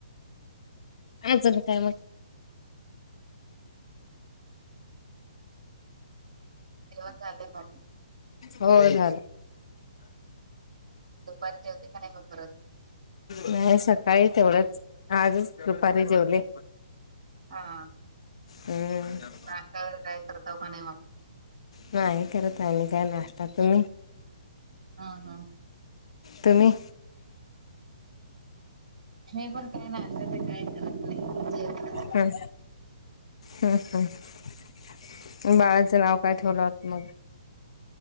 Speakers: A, on the left; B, on the right.
A: आजल काय मग
B: देऊन झालेय मग
A: हो झालं.
B: दुपारी जेवती का नाहीग बर.
A: नाही, सकाळी तेवढंच आजच दुपारी जेवले.
B: हा.
A: हम्म.
B: नाश्त्या वे काय करताव का नाही मग.
A: नाही करत आम्ही काय नाश्ता तुम्ही.
B: हा हा.
A: तुम्ही.
B: मी पण काही नाही असं ते काय करत नाही. जेवणच
A: हम. हम् हम्, बाळाचं नाव काय ठेवलं मग.